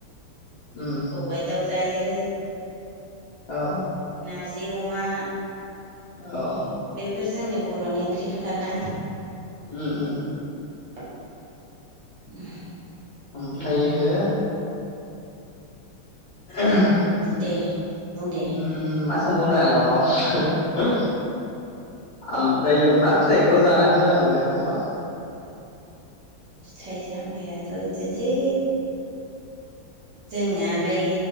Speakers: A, on the left; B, on the right.
A: <unintelligible>
B: सबाइ दाउ जायो।
A: औ।
B: नारजि अमा।
A: औ।
B: बेफोर जोंनि बर'नि ओंख्रि खाथार ना?
A: ओ ओ।
B: <unintelligible>
A: ओमफ्रायो।
B: बेनो आरो
A: <unintelligible>
B: दे बुं दे
A: उम मा सोंबावनो आं आब'? <unintelligible> आमफ्रायो मा फिथाइखौ जानानै मोजां मोनो आब'आ?
B: फिथाइ सामथाइयाथ' इदिनोसै। जोंनियालाय